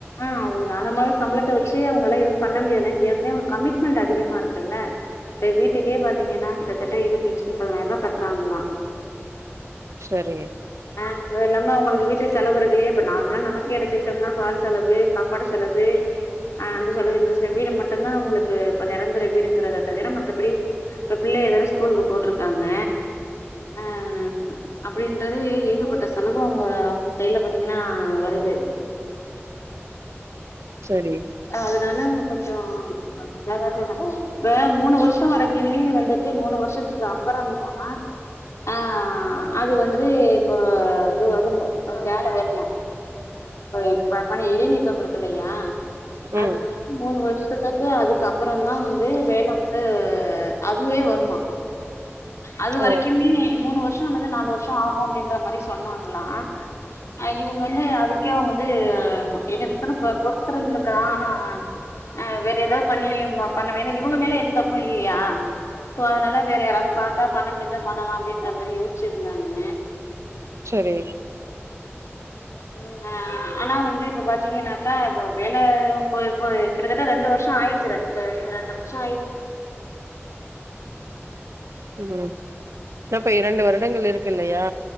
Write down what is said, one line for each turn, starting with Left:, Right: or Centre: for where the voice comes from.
Left: ஆ அவுங்க அரமாச சம்பளத்த வெச்சி அவங்கலா எதுவு பண்ண முடியாதுல்ல ஏற்கனவே கமிட்மெண்ட் அதிகமா இருக்குல்ல இப்ப வீட்டுக்கே பாத்தீங்கன்னா கிட்டத்தட்ட இருபத்தன்ஞ்ஜி நூப்பதுனாயாரூபா கட்ராங்களா
Right: சரி
Left: ஆ அது இல்லாம அவங்களுக்கு வீட்டு செலவு இருக்குல்லையே இப்ப நார்ம்லா நமக்கே எடுத்துகிட்டம்னா பால் செலவு சாப்பாடு செலவு ஆ அந்த சொலவு இந்த சில வீடு மட்டுதா அவுங்களுக்கு இப்ப நிரந்தர வீடுங்குறத தவிர மத்தபடி இப்ப பிள்ளைய வேற ஸ்கூலுக்கு போட்டுருக்காங்க ஆ அப்டின்றது ஏகப்பட்ட செலவு அவங்க அவங்க சைட்ல பாத்தீங்கன்னா வருது
Right: சரி
Left: அதனால அவுங்க கொஞ்சோ <unintelligible> ப்ப மூணு வர்ஷோ வரைக்குமே வந்துட்டு மூணு வருஷத்துக்கு அப்பறந்தா தா ஆ அது வந்து இப்போ அது வருமா வேல வருமா இப்ப பணி இடை நீக்கம் இருக் இல்லையா அது
Right: ம்
Left: வந் மூணு வருஷத்துக்கு அதுக்கு அப்பறோந் தா வந்து வேல வந்து அதுவே வருமா அது வரைக்குமே
Right: ஓ
Left: மூணு வருஷம் அல்லது நாலு வருஷம் ஆகும் அப்டின்ற மாரி சொன்னாங்ளாம் அ இவுங்க வந்து அதுக்கே அவுங்க வந்து என்ன <unintelligible> இப்ப என்ன ப பொருத்து இருந்துருக் லாம் ஆனா அ வேற ஏதாது பண்ணி பண்ணவே இவுங்க மேல எந்த தப்பும் இல்லியா சோ அதனால வேற யாராது பாத்தா பண்ண முடிஞ்சா பண்ணலாம் அப்டின்ற மாதிரி யோசிச்சுருந்தாங்க
Right: சரி
Left: ம் அ ஆனா வந்து இப்ப பாத்தீங்கன்னாக்கா இப்ப வேல இப்பொ இப்பொ கிட்டத்தட்ட ரெண்டு வருஷம் ஆயிடு ச்சு ரெண்டு ரெண்டு வருஷம் ஆய்ட்டு
Right: ம் அப்ப இரண்டு வருடங்கள் இருக் கு இல்லையா